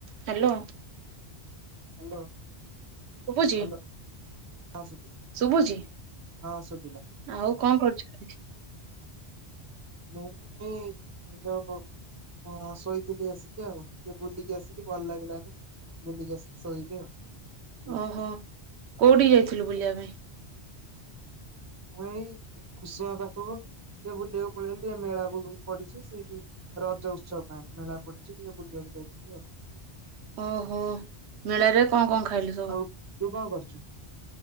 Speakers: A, on the right; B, on the right.
A: Hello.
B: Hello.
A: ଶୁଭୁଛି
B: hello ହଁ ଶୁଭିଲା
A: ଶୁଭୁଛି।
B: ହଁ ଶୁଭିଲା
A: ଆଉ କଣ କରୁଛୁ? <unintelligible>
B: ମୁଁ ଏଇ ସଞ୍ଜ ହଁ ଶୋଇଥିଲି ଆସିକି ଆଉ। ଟିକେ ବୁଲିକି ଆସିକି ଭଲ ଲାଗିଲାନି। ବୁଲିକି ଆସିକି ସୋଇଲି ଆଉ। ଶୋଇଛି
A: ଓହୋ
B: ଟିକେ
A: କୋଉଠି କି ଯାଇଥିଲୁ ବୁଲିବା ପାଇଁ?
B: ମୁ ଏଇ ଖୁସମା ପାଖକୁ ଏ ବୁଲିବାକୁ ପଳେଇଲି ଟିକେ ମେଳା ବୁ ବୁ ପଡିଛି ସେଇଠି ରଜ ଉତ୍ସବ ପାଇଁ ମେଳା ପଡିଛି ଟିକେ ବୁଲିବାକୁ ଯାଇଥିଲି ଆଉ।
A: ଓହୋ ମେଳାରେ କଣ କଣ ଖାଇଲୁ ସ
B: ଆଉ ତୁ କଣ କରଛୁ?